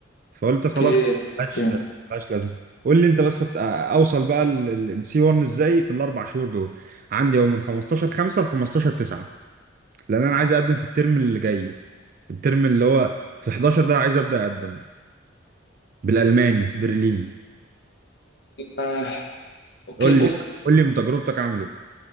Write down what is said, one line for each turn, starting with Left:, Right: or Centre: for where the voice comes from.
Right: فقلت
Left: اوكي
Right: خلاص
Left: اوكي
Right: ملهاش ملهاش لازمه قول لي انت بس أت- اوصل بقى السي 1 ازاي في الاربع شهور دول عندي يوم من 15 5 ل 15 9 لان انا عايز اقدم في الترم اللي جاي الترم اللي هو في 11 ده عايز ابدا اقدم بالالماني في برلين
Left: آه، اوكي
Right: قول
Left: بص
Right: لي قول لي من تجربتك عامل ايه